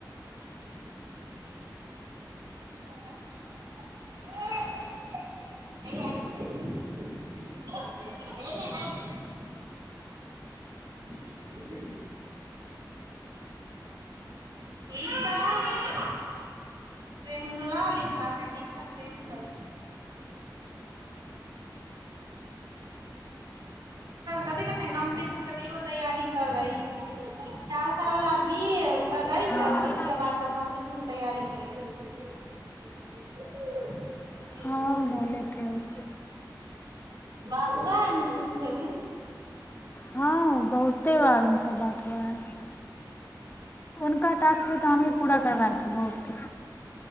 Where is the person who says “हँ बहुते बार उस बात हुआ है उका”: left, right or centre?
Left